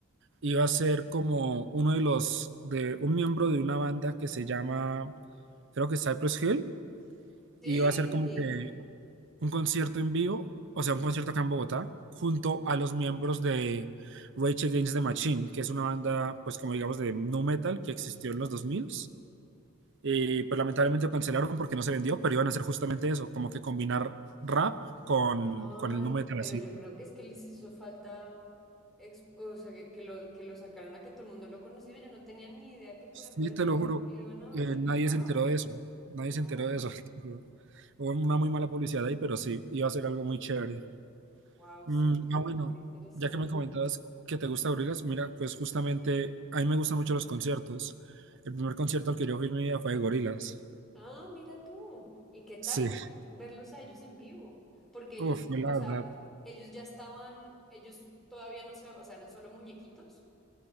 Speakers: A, on the right; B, in the centre.
A: iba a ser como uno de los, de un miembro de una banda que se llama, creo que Cypress Hill,
B: Sí,
A: y iba a ser como que un concierto en vivo, o sea, un concierto acá en Bogotá, junto a los miembros de Rage Against the Machine, que es una banda, pues como digamos, de nu metal que existió en los 2000 y pues lamentablemente lo cancelaron porque no se vendió, pero iban a hacer justamente eso, como que combinar rap con,
B: Ay,
A: con el nu metal
B: pero
A: así.
B: yo creo que es que les hizo falta, ex- o sea, que, que lo, que lo sacaran a que todo el mundo lo conociera. Yo no tenía ni idea que, por
A: Sí,
B: ejemplo, de
A: te
B: Cypress
A: lo juro,
B: Hill iban a venir.
A: eh, nadie
B: Wow.
A: se enteró de eso, nadie
B: No,
A: se enteró de eso, <laughs> te juro. Hubo una muy mala publicidad ahí, pero sí, iba a ser algo muy chévere.
B: wow,
A: Mm,
B: sí, suena
A: ah, bueno,
B: súper interesante.
A: ya que me comentabas que te gusta Gorillaz, mira, pues justamente a mí me gustan mucho los conciertos. El primer concierto al que yo fui en mi vida fue de Gorillaz.
B: Ah, mira tú. ¿Y qué tal
A: Sí,
B: cómo es verlos a ellos en vivo? Porque ellos,
A: uf, fue la
B: o sea,
A: verdad,
B: ellos ya estaban, ellos todavía no se, o sea, eran solo muñequitos.